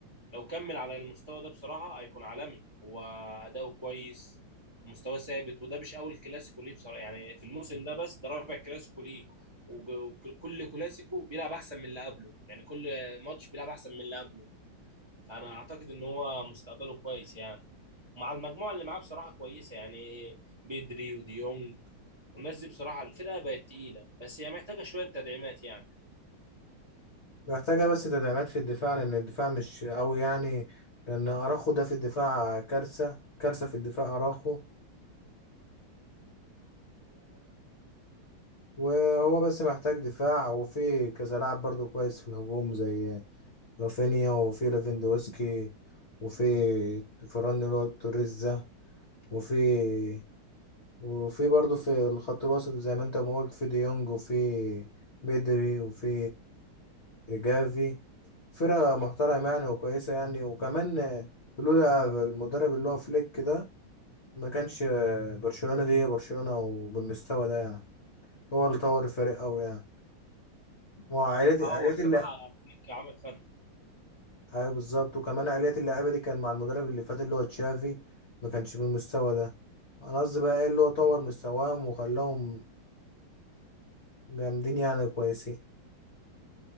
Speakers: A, on the right; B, on the left.
A: لو كمل على المستوى ده بصراحة هيكون عالمي هو أداؤه كويس مستواه ثابت وده مش أول كلاسيكو ليه بصراحة يعني في الموسم ده بس ده رابع كلاسيكو ليه وج- وكل كلاسيكو بيلعب أحسن من اللي قبله يعني كل ماتش بيلعب أحسن من اللي قبله فأنا أعتقد إن هو مستقبله كويس يعني ومع المجموعة اللي معاه بصراحة كويسة يعني بيدري وديونج والناس دي بصراحة الفرقة بقت تقيلة بس هي محتاجة شوية تدعيمات يعني
B: محتاجه بس تدعيمات في الدفاع لان الدفاع مش قوي يعني لان اراخو ده في الدفاع كارثه كارثه في الدفاع اراخو وهو بس محتاج دفاع وفي كذا لاعب برضو كويس في الهجوم زي رافينيا وفي ليفاندوسكي وفي فران اللي هو توريز ده وفي وفي برضو في الخط الوسط زي ما انت ما قلت في ديونج وفي بيدري وفي جافي فرقة محترمة يعني وكويسة يعني وكمان لولا المدرب اللي هو فليك ده ما كانش برشلونة دي هي برشلونة وبالمستوى ده يعني هو اللي طور الفريق أوي يعني ما هو عائلات عائلات
A: اه هو بصراحة
B: اللع...
A: فليك عمل فرق
B: ايوه بالظبط وكمان عائلات اللعيبه دي كان مع المدرب اللي فات اللي هو تشافي ما كانش بالمستوى ده انا قصدي بقى ايه اللي هو طور مستواهم وخلاهم جامدين يعني كويسين